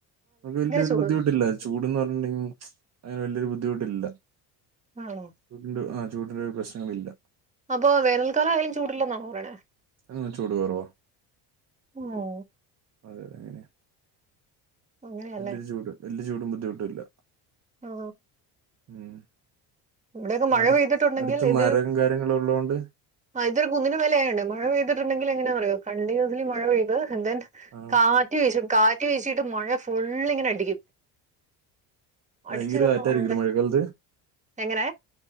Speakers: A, on the right; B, on the right.
A: മ്മക്ക് വല്യരു
B: ചൂട്
A: ബുദ്ധിമുട്ടില്ല ചൂട്ന്ന് പർഞ്ഞ്ണ്ടങ്കിഅങ്ങനെ വലിയൊരു ബുദ്ധിമുട്ടില്ല
B: ആണോ
A: ഉണ്ട് ആ ചൂടിന്റെ ഒരു പ്രശ്നമില്ല
B: അപ്പൊ വേനൽക്കാലം ആയാലും ചൂടി ല്ലെന്നാണോ പറയ്‌ണേ
A: അ ചൂട്കൊറവ
B: ഓഹ്
A: അതെ ങ്ങനെയ
B: അങ്ങനെയല്ലേ
A: വല്യോരു ചൂട് വല്യ ചൂടും ബുദ്ധിമുട്ടുല്ല
B: ങാ
A: ഉം
B: ഇവിടെയൊക്കെ മഴ
A: അടു
B: പെയ്തിട്ടുണ്ടെങ്കിൽ
A: അടുത്ത്
B: ഇത്
A: മരം കാര്യങ്ങളും ഉള്ളതുകൊണ്ട്
B: അ ഇതൊരു കുന്നിന്റെ മേലെ ആയണ്ടേ മഴ പെയ്തിട്ടുണ്ടെങ്കിൽ എങ്ങനെയാ അറിയോ? കണ്ടിന്യൂസിലി മഴ പെയ്ത് <unintelligible>
A: ആ
B: കാറ്റ് വീശും കാ റ്റ് വീശീട്ട് മഴ ഫുള്ള്ങ്ങനെ അടിക്കും
A: ഭയങ്കര
B: അടിച്ച് കേറുന്ന
A: കാറ്റായിരിക്കുല്ലേ
B: മഴ പോലെ
A: മഴക്കാലത്ത്
B: എങ്ങനെ